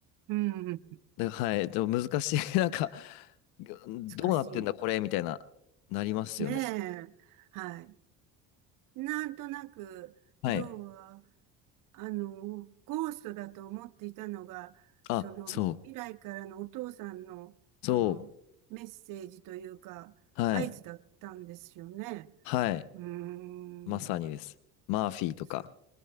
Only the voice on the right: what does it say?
うん、
難し
い。ねえ。はい。なんとなく、
要は、あの、ゴーストだと思っていたのが、
その、
未来からのお父さんの、
その、
メッセージというか、
合図だったんですよね。
うーん、
そう。